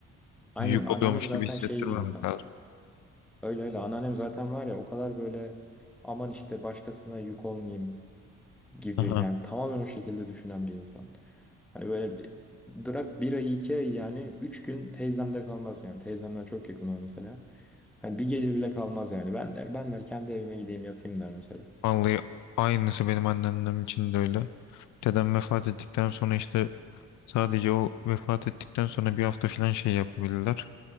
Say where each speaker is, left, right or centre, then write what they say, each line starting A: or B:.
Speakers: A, in the centre; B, on the left.
A: aynen
B: yük
A: anneannem
B: oluyormuş
A: zaten
B: gibi hissettirmemek
A: şey bir insan.
B: lazım.
A: Öyle öyle anneannem zaten var ya o kadar böyle aman işte başkasına yük olmayayım gibi
B: Aha.
A: yani tamamen o şekilde düşünen bir insan. Hani böyle bir- bırak bir ay iki ay yani üç gün teyzemde kalmaz yani. Teyzemden çok yakın olur mesela. Hani bir gece bile kalmaz yani. Ben der ben der kendi evime gideyim yatayım der mesela.
B: Vallahi aynısı benim anneannem için de öyle. Dedem vefat ettikten sonra işte sadece o vefat ettikten sonra bir hafta falan şey yapabildiler.